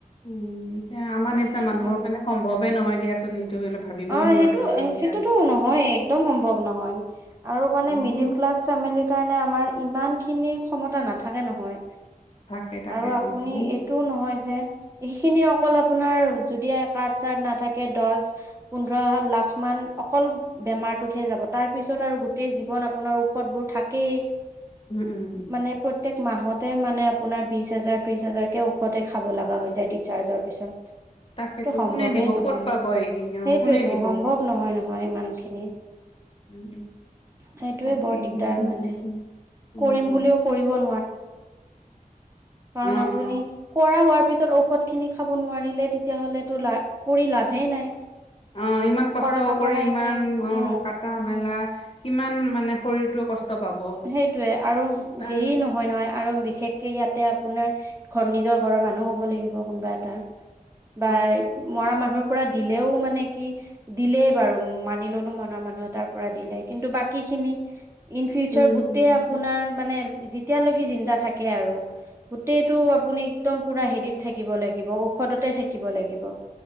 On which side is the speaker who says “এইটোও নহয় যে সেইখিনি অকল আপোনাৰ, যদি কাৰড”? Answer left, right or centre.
Right